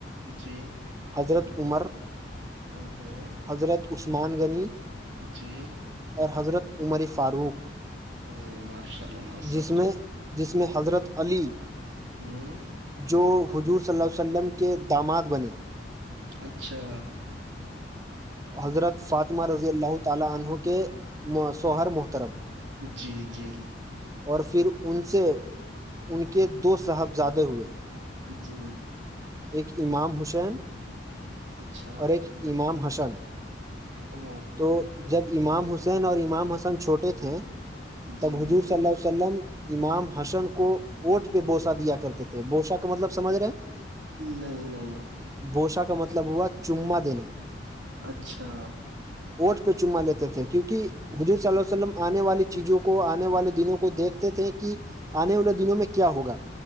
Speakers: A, on the right; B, on the right.
A: جی
B: حضرت عمر
A: <inaudible>
B: حضرت عثمان غنی
A: جی
B: اور حضرت عمر فاروق
A: <unintelligible>
B: جس
A: اللہ
B: میں جس میں حضرت علی
A: ہوں
B: جو حضور صلی اللہ ع وسلم کے دامات بنے
A: اچھا
B: حضرت فاطمہ رضی اللہ تعالی عن کے سوہر محترم
A: جی جی
B: اور پھر ان سے ان کے دو صاحب زیادہ ہوئے
A: جی
B: ایک امام حسین
A: اچھا
B: اور ایک امام حسن
A: او
B: تو جب امام حسین اور امام حسن چھوٹے تھے تب
A: جی
B: حضور
A: بالکل
B: صلی اللہ عل وسلم امام حسن کو ہوٹ پہ بوسا دیا کرتے تھے بوشا کا مطلب سمجھ رہے ہیں
A: نہیں نہیں
B: بوشا کا مطلب ہوا چمما دینا
A: اچھا
B: ہوٹ پہ چما لیتے تھے کیونکہ وزیر صلی اللہ ولم آنے والی چیزوں کو آنے والے دنوں کو دیکھتے تھے کہ آنے والے دنوں میں کیا ہوگا